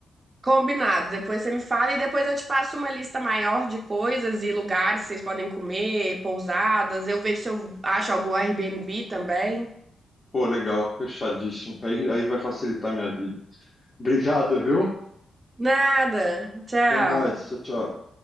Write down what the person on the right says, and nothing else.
Combinado, depois você me fala e depois eu te passo uma lista maior de coisas e lugares que vocês podem comer, pousadas. Eu vejo se eu acho algum Airbnb também.
Nada. Tchau.